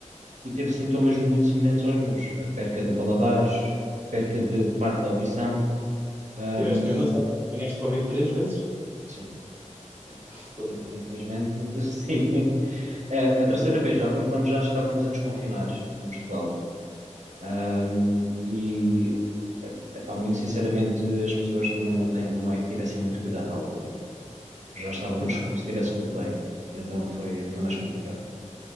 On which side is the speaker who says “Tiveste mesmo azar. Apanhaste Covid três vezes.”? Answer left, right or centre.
Right